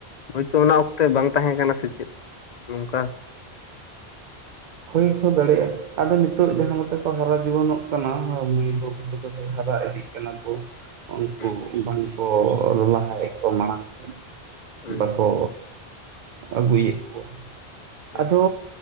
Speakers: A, on the left (about 50°); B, on the right (about 55°).
A: ᱦᱳᱭᱛᱚ ᱚᱱᱟ ᱚᱠᱛᱮ ᱵᱟᱝ ᱛᱟᱦᱮᱸ ᱠᱟᱱᱟ ᱥᱮ ᱪᱮᱫ ᱱᱚᱝᱠᱟ
B: ᱦᱳᱭ ᱦᱚᱸ ᱫᱟᱲᱮᱭᱟᱜᱼᱟ ᱟᱫᱚ ᱱᱤᱛᱚᱜ ᱡᱟᱦᱟᱸ ᱞᱮᱠᱟ ᱠᱚ ᱦᱟᱨᱟ ᱡᱩᱣᱟᱹᱱᱚᱜ ᱠᱟᱱᱟ ᱢᱟᱹᱭ ᱵᱟᱹᱵᱩ ᱛᱟᱠᱚ ᱦᱟᱨᱟ ᱤᱫᱤᱜ ᱠᱟᱱᱟ ᱾ ᱠᱟᱱᱟ ᱠᱚ ᱩᱱᱠᱩ
A: ᱦᱩᱸ
B: ᱵᱟᱝᱠᱚ ᱞᱟᱦᱟᱭᱮᱫ ᱠᱚ ᱢᱟᱲᱟᱝ ᱥᱮᱱ ᱾
A: ᱦᱩᱸ
B: ᱵᱟᱠᱚ ᱟᱹᱜᱩᱭᱮᱫ ᱠᱚᱣᱟ
A: ᱦᱩᱸ
B: ᱟᱫᱚ